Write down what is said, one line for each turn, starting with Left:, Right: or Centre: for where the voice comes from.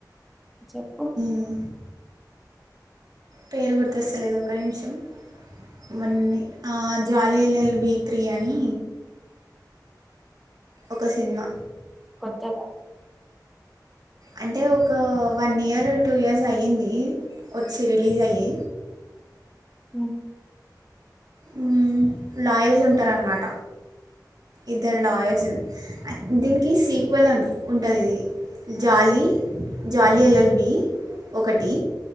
Centre: చెప్పు
Right: మ్ పేరు గుర్తొస్తలేదు ఒక నిమిషం మన్నే అ జాలి ఎల్ ఎల్ బి త్రి అని ఒక సినిమా
Centre: కొత్తగా
Right: అంటే ఒక వన్ ఇయర్ టూ ఇయర్స్ అయ్యింది వోచి రిలీస్ అయి
Centre: ఉ
Right: ఉ లాయర్స్ ఉంటారన్నమాట ఇద్దరు లాయర్స్ దీనికి సీక్వెల్ ఉంటది ఇది జాలి జాలిఎల్ఎల్బి ఒకటి